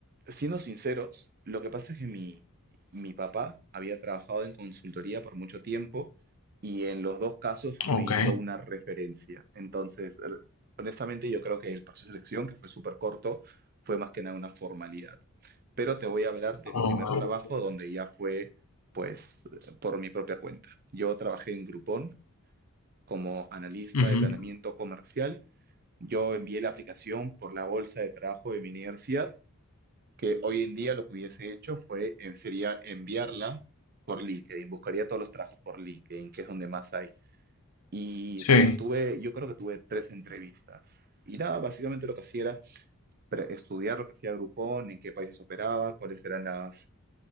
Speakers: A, on the right; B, on the left.
A: siendo sinceros, lo que pasa es que mi, mi papá había trabajado en consultoría por mucho tiempo y en los dos casos me
B: Ok,
A: hizo una referencia. Entonces, el- honestamente, yo creo que el proceso de selección, que fue súper corto, fue más que nada una formalidad. Pero te voy a hablar de
B: ok,
A: mi primer trabajo, donde ya fue, pues, eh, por mi propia cuenta. Yo trabajé en Groupon como analista
B: ujú,
A: de planeamiento comercial. Yo envié la aplicación por la bolsa de trabajo de mi universidad que hoy en día lo que hubiese hecho fue, eh, sería enviarla por LinkedIn, buscaría todos los trabajos por LinkedIn, que es donde más hay. Y
B: sí,
A: bueno, tuve, yo creo que tuve tres entrevistas. Y nada, básicamente lo que hacía era pre- estudiar lo que hacía Groupon, en qué países operaba, cuáles eran las,